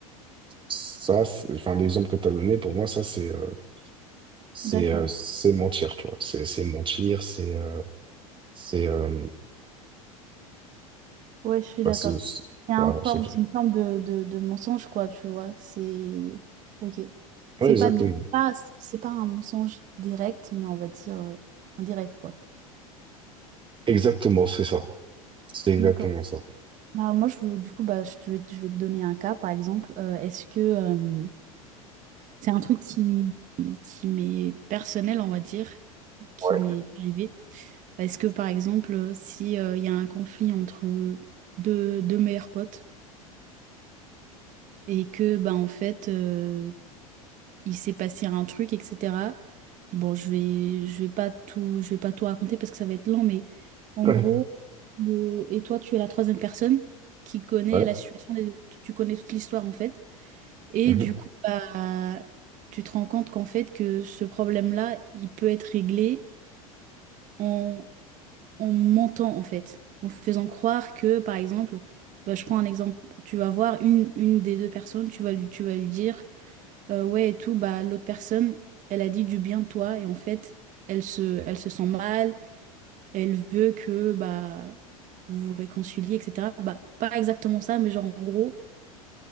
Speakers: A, on the right; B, on the right.
A: ça, c'est- enfin l'exemple que tu as donné, pour moi, ça c'est euh, c'est
B: D'accord,
A: euh, c'est mentir, tu vois. C'est c'est mentir, c'est euh, c'est euh,
B: ouais, je suis
A: bah,
B: d'accord.
A: c'est- c'est-
B: C'est un
A: voilà,
B: forme,
A: c'est tout.
B: c'est une forme de, de, de mensonge, quoi, tu vois. C'est. Ok. C'est
A: Oui, exactement.
B: pas, c'est pas, c'est pas un mensonge direct, mais on va dire euh, indirect, quoi.
A: Exactement, c'est ça. C'est exactement
B: D'accord.
A: ça.
B: Bah, moi, je veux, du coup, bah, je te vais, je vais te donner un cas, par exemple. Euh, est-ce que euh, C'est un truc qui, qui m'est personnel, on va dire, qui
A: Ouais.
B: m'est arrivé. Parce que, par exemple, si euh, il y a un conflit entre deux, deux meilleurs potes et que, ben, en fait, euh, il s'est passé un truc, etc. Bon, je vais, je vais pas tout, je vais pas tout raconter parce que ça va être long, mais en
A: <laughs>
B: gros, le- et toi, tu es la troisième personne qui connaît
A: Ouais.
B: la situation des autres. Tu connais toute l'histoire, en fait. Et
A: Mhm.
B: du coup, bah, tu te rends compte qu'en fait, que ce problème-là, il peut être réglé en, en mentant, en fait. En faisant croire que, par exemple, bah, je prends un exemple, tu vas voir une, une des deux personnes, tu vas lui, tu vas lui dire, euh, ouais, et tout, bah, l'autre personne, elle a dit du bien de toi, et en fait, elle se, elle se sent mal, elle veut que, bah, vous vous réconciliez, etc. Bah, pas exactement ça, mais genre, en gros,